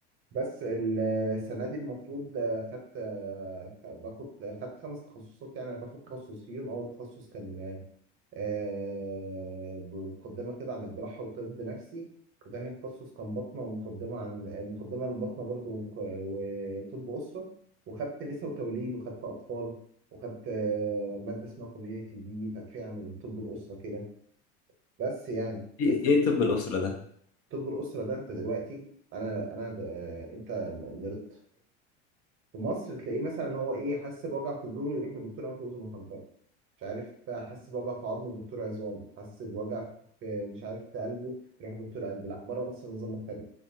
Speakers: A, on the right; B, on the left.
A: بس ال- السنة دي المفروض آه، خدت آه، خ- باخد آه، خدت خمس تخصصات يعني أنا باخد تخصص فيهم أول تخصص كان آه، مقدمة كده عن الجراحة وطب نفسي وتاني تخصص كان باطنة ومقدمة عن آه، مقدمة للباطنة برضو ومق- وطب أسرة وخدت نساء وتوليد وخدت أطفال وخدت آه، مادة اسمها كوميونيتي دي تفريع من طب الأسرة كده بس يعني
B: ايه
A: بس
B: إيه طب الاسره ده
A: طب الأسرة ده أنت دلوقتي أنا أنا آه، أنت نرد في مصر تلاقيه مثلا هو ايه حس بوجع في صدره يروح لدكتور انف واذن وحنجره مش عارف حس بوجع في عظمه دكتور عظام حس بوجع في مش عارف في قلبه يروح دكتور قلب لا بره مصر نظام مختلف